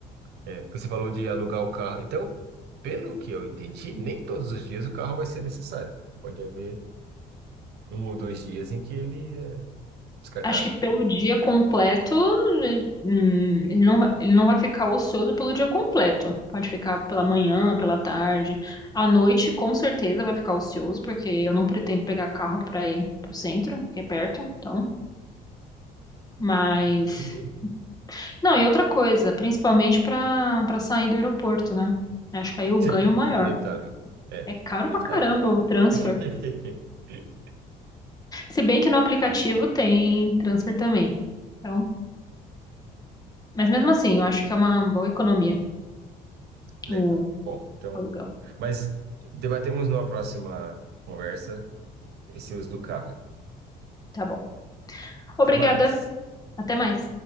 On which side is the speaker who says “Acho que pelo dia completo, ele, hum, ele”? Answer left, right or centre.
Left